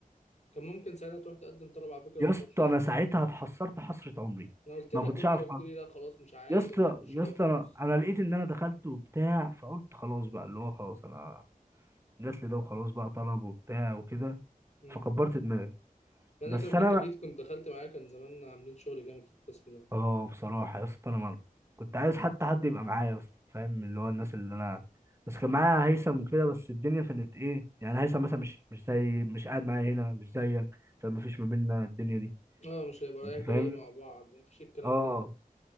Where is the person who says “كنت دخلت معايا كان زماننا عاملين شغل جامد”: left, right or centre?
Left